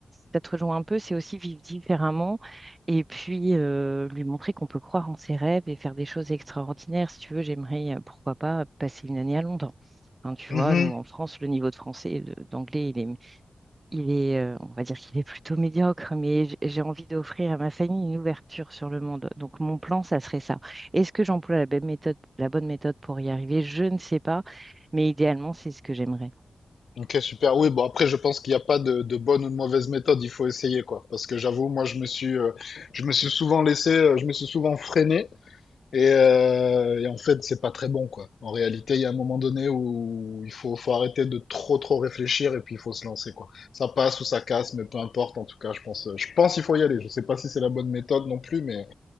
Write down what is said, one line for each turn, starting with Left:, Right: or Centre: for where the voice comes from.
Right: ça te rejoint un peu, c'est aussi vivre différemment et puis euh, lui montrer qu'on peut croire en ses rêves et faire des choses extraordinaires. Si tu veux, j'aimerais, euh, pourquoi pas, passer une année à Londres. Hein, tu
Left: mhm.
Right: vois, nous en France, le niveau de français et de- d'anglais, il est il est, euh, on va dire qu'il est plutôt médiocre, mais j- j'ai envie d'offrir à ma famille une ouverture sur le monde. Donc mon plan, ça serait ça. Est-ce que j'emploie la bonne méthode, la bonne méthode pour y arriver? Je ne sais pas, mais idéalement, c'est ce que j'aimerais.
Left: Ok, super. Oui, bon, après, je pense qu'il n'y a pas de, de bonne ou de mauvaise méthode. Il faut essayer, quoi. Parce que j'avoue, moi, je me suis, euh, je me suis souvent laissé, euh, je me suis souvent freiné. Et, euh, et en fait, c'est pas très bon, quoi. En réalité, il y a un moment donné où il faut, faut arrêter de trop, trop réfléchir et puis il faut se lancer, quoi. Ça passe ou ça casse, mais peu importe. En tout cas, je pense, euh, je pense qu'il faut y aller. Je sais pas si c'est la bonne méthode non plus, mais,